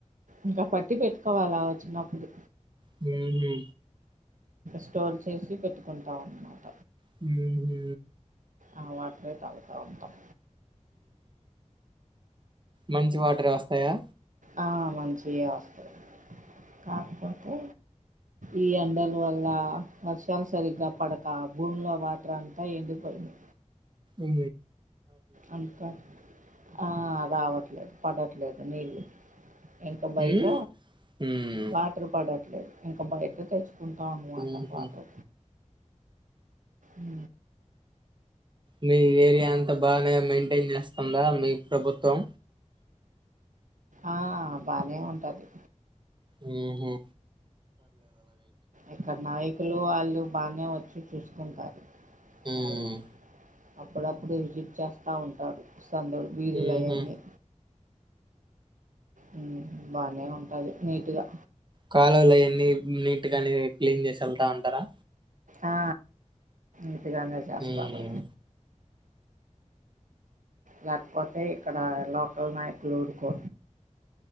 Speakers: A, on the right; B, on the right.
A: ఇంకా పట్టి పెట్టుకోవాల వచ్చినప్పుడు
B: హు హు
A: స్టోర్ చేసి పెట్టుకుంటాం అన్నమాట
B: హు హు
A: ఆ వాటరె తాగుతాఉంటాం
B: మంచి వాటరె వస్తాయా.
A: ఆ మంచియె వస్తాయి. కాకపోతే. ఈ ఎండల వల్ల వర్షాలు సరిగ్గా పడక భూమిలో వాట్ర అంతా ఎండిపోయింది.
B: ఉ
A: అంత ఆ. రావట్లేదు, పడట్లేదు, నీళ్ళు. ఇంకా బయట,
B: ఉమ్ హ్మ్
A: వాటర్ పడరు. లేదు ఇంకా బయట తెచ్. ఉంటాము ఆట
B: ఊహు
A: పాటు. అ
B: మీ ఏరియా అంతా, బానే మెయింటేన్ చేస్తుందా, మీ ప్రభుత్వం.
A: ఆ బానే ఉంటది.
B: ఊ ఉహు.
A: ఇక్కడ నాయిక్. అంకుల్ వాళ్ళు బాగానే వచ్చి చూసుకుంటారు.
B: ఉమ్.
A: వాళ్ళు అప్పుడప్పుడు విజిట్ చేస్తా ఉంటారు. సందుల్ వీధులయన్నీ.
B: ఊహు
A: ఉమ్ బానే ఉంటాది నీట్గా.
B: కాలువలు ఆయన్నీ నీట్గానే. క్లీన్ చేసి ఎళ్తా అంటారా.
A: ఆ. ఉట్టిగానె చేస్తారు.
B: హ్మ్
A: లేకపోతే ఇక్కడ లోకల్ నాయకులు ఊరుకో.